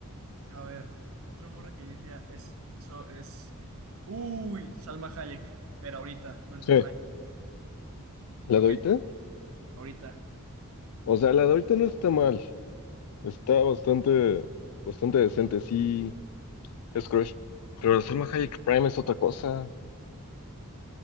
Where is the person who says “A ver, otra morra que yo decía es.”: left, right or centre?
Right